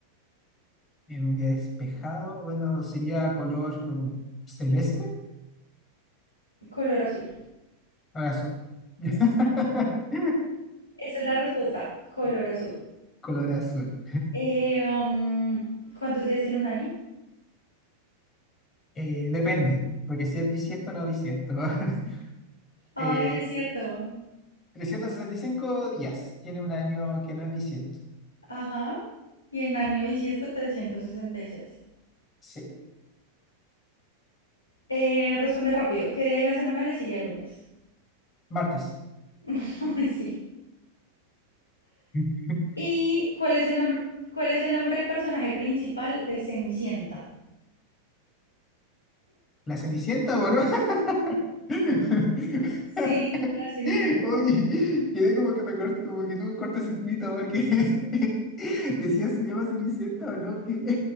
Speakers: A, on the left; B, on the left.
A: en un día despejado, bueno, sería color celeste.
B: Color azul.
A: Ahora sol. <laughs>
B: Esa es la respuesta. Color azul.
A: Color azul.
B: Eh, am, ¿cuántos días tiene un año?
A: Eh, depende, porque si es bisiesto o no bisiesto. <laughs>
B: Ay,
A: Eh,
B: es cierto.
A: 365 días. Tiene un año que no es bisiesto.
B: Ajá. Y en año bisiesto 366.
A: Sí,
B: Eh, responde rápido. ¿Qué día de la semana le sigue al lunes?
A: martes.
B: <laughs> Sí.
A: <laughs>
B: ¿Y cuál es el nombre, cuál es el nombre del personaje principal de Cenicienta?
A: La Cenicienta, bueno. <laughs>
B: Sí, la Cenicienta.
A: Oye, quedé como que me corto, como que tuve un cortocircuito porque <laughs> decía se llama Cenicienta o no. ¿Qué?